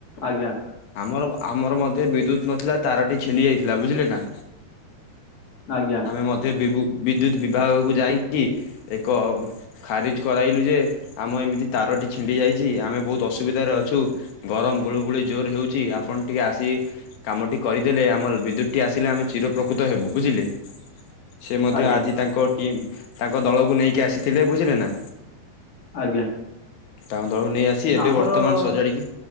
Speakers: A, on the left; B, on the left.
A: ଆଜ୍ଞା।
B: ଆମର ଆମର ମଧ୍ୟ ବିଦ୍ୟୁତ ନଥିଲା ତାରଟି ଛିଣ୍ଡି ଯାଇଥିଲା ବୁଝିଲେ ନା।
A: ଆଜ୍ଞା। ଆଜ୍ଞା
B: ଆମେ ମଧ୍ୟ ବିବୁ ବିଦ୍ୟୁତ୍ ବିଭାଗକୁ ଯାଇକି ଏକ ଖାରିଜ କରାଇଲୁ ଯେ ଆମ ଏମିତି ତାରଟି ଛିଣ୍ଡି ଯାଇଚି ଆମେ ବହୁତ ଅସୁବିଧାରେ ଅଛୁ ଗରମ ଗୁଳୁ ଗୁଳି ଜୋର ହେଉଚି ଆପଣ ଟିକେ ଆସି କାମ ଟି କରିଦେଲେ ଆମର ବିଦ୍ୟୁତଟି ଆସିଲେ ଆମେ ଚିର ପ୍ରକୃତ ହେବୁ ବୁଝିଲେ। ସେ ମଧ୍ୟ
A: ଆଜ୍ଞା
B: ଆଜି ତାଙ୍କ ଟିମ୍ ତାଙ୍କ ଦଳକୁ ନେଇକି ଆସିଥିଲେ ବୁଝିଲେ ନା।
A: ଆଜ୍ଞା।
B: ତାଙ୍କ ଦଳକୁ ନେଇ ଆସି ଏବେ
A: ଆମର
B: ବର୍ତ୍ତମାନ ସଜାଡ଼ିକି